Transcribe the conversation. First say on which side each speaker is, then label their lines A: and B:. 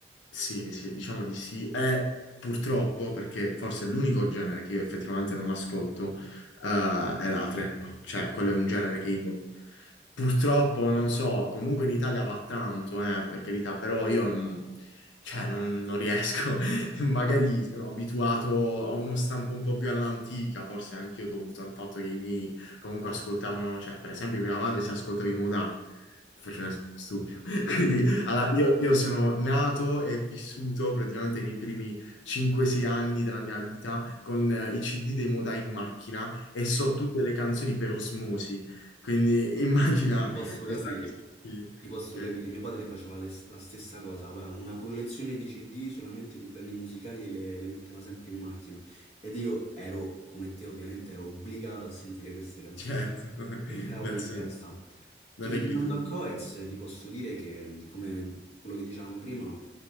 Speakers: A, on the left; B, on the left.
A: Sì, sì, diciamo di sì. E purtroppo, perché forse è l'unico genere che io effettivamente non ascolto, eh, è la trap. Cioè, quello è un genere
B: Certo.
A: che io purtroppo non so, comunque in Italia va tanto, eh, per carità, però io non, cioè, non, non riesco. <laughs> Magari
B: Ah.
A: sono abituato a uno stampo un po' più all'antica, forse anche io dovuto al fatto che i miei comunque ascoltavano, cioè, per esempio, mia madre si ascoltava i Modà. Ti faccio un esempio stupido. <laughs> Quindi allora, io, io sono nato e vissuto praticamente nei primi 5-6 anni della mia vita con eh, i CD dei Modà in macchina e so
B: <laughs>
A: tutte le canzoni per osmosi. Quindi <laughs> immagina
B: Ti posso
A: questa
B: capire,
A: cosa qui,
B: ti posso
A: che
B: capire. Mio padre faceva le- la stessa cosa, aveva una collezione di CD solamente di brani musicali e le, le metteva sempre in macchina. Ed io ero, come te ovviamente, ero obbligato a sentire queste canzoni
A: certo, <laughs>
B: che entravano
A: nel
B: in
A: senso,
B: testa.
A: non
B: Tornando
A: è che li potevi
B: al Coez,
A: dire.
B: ti posso dire che, come quello che dicevamo prima,